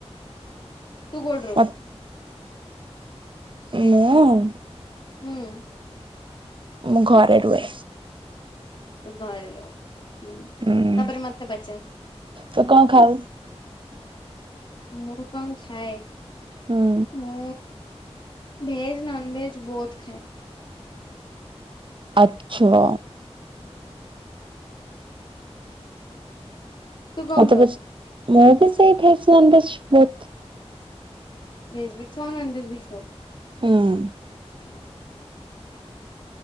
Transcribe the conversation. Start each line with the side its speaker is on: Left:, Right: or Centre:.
Left: ତୁ କୋଉଠି
Right: ମତେ
Left: ରହୁ?
Right: ମୁଁ
Left: ହୁଁ
Right: ମୁଁ ଘରେ ରୁହେ।
Left: ତୁ ଘରେ ରହୁ ହୁଁ
Right: ହୁଁ।
Left: ତାପରେ ମତେ ପଚାର
Right: ତୁ କଣ ଖାଉ?
Left: ମୁଁ କଣ ଖାଏ?
Right: ହୁଁ
Left: ମୁଁ ଭେଜ ନନ ଭେଜ ବୋଥ୍ ଖାଏ।
Right: ଆଚ୍ଛା
Left: ତୁ କଣ
Right: ମତେ
Left: ଖାଉ
Right: ପଚ ମୁଁ ବି ସେଇଠି <unintelligible>
Left: ଭେଜ୍ ବୁ ଖାଉ ନନ୍ ଭେଜ ବି ଖାଊ।
Right: ହୁଁ।
Left: <inaudible>